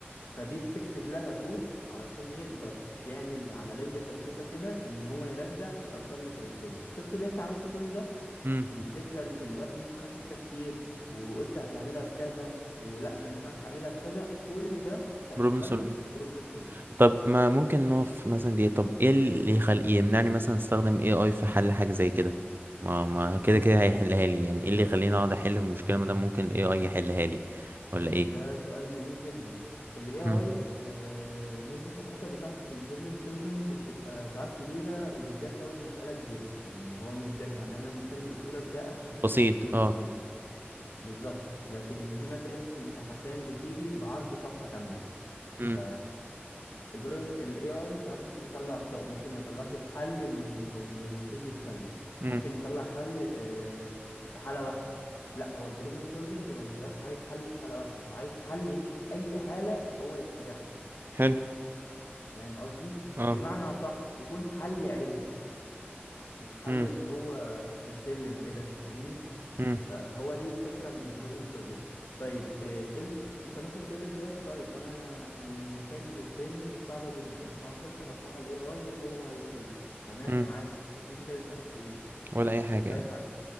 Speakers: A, on the left; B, on the right.
A: فدي بتكتب لها كود علشان يقدر يعمل عملية بسيطة كده ان هو يرجع الارقام مترتبة شفت اللي انت عملت كل ده
B: امم
A: الفكرة ال- الوقت اللي انت خدت فيه تفكير وقلت هتعملها بكذا ولا ما ينفعش اعملها بكذا كل ده تحت
B: بروبلم
A: بند
B: سولفينج
A: البروبلم سولفينج
B: طب ما ممكن نقف مثلا دي طب ايه اللي يخل... يمنعني مثلا استخدم اي اي في حل حاجة زي كده ما ما كده كده هيحلها لي يعني ايه اللي يخليني اقعد احل في المشكلة ما دام ممكن الاي اي يحلها لي ولا ايه
A: ده سؤال جميل جدا ال AI
B: مم.
A: آه نسبة الخطأ بتاعته في البروبلم سولفينج بتبقى ساعات كبيرة وبالذات لو المسألة كبيرة لأن هو مش ده يعني أنا المثال اللي قلته لك ده أتفه حاجة
B: بسيط
A: في البروبلم
B: اه
A: solving، بالظبط لكن في مسائل كبي- حرفيا بتيجي بعرض صفحة كاملة
B: مم.
A: ف البروبلم ال AI ساعات ممكن يطلع أخطاء ممكن ما يطلعش الحل اللي اللي المفروض يتسلم
B: مم.
A: ممكن يطلع حل آه، في حالة واحدة لا هو البروبلم سولفنج ما بيبقاش عايز حل في حالة واحدة هو عايز حل يمشي في أي حالة هو يخترعها
B: حلو
A: فاهم قصدي
B: اه
A: بمعنى صح يكون حل علمي مش حل
B: مم.
A: اللي هو تحت السلم كده فاهمني
B: مم.
A: فهو دي الفكرة من البروبلم سولفينج طيب آه، إيه ال... انت ممكن تقول لي دلوقتي طيب انا المسائل اللي قدامي مش صعبة جدا وهخش احطها على الاي اي وهو هيحل تمام
B: مم.
A: معاك بس انت كده استفدت ايه ما
B: ولا اي حاجة
A: استفدتش اي
B: يعني
A: حاجة